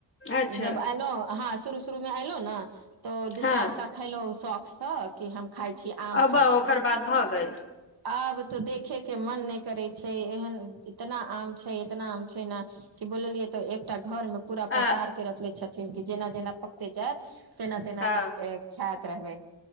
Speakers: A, on the left; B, on the right.
A: अच्छा
B: जब एलहु हँ शुरू शुरू मे ऐलहु ने तऽ दू
A: हँ
B: चार टा खलहु शौखसँ कि हम खाय छी आम
A: अब
B: खाइ छी
A: ओकर बाद भऽ गेल
B: आब तो देखे के मन नहि करे छै एहन इतना आम छै इतना आम छै ने कि बोललियै तऽ एकटा घरमे पूरा
A: आ
B: पसार के रखले छथिन कि जेना जेना पकते जायत तेना तेना
A: हँ
B: सब ख्यत रहबे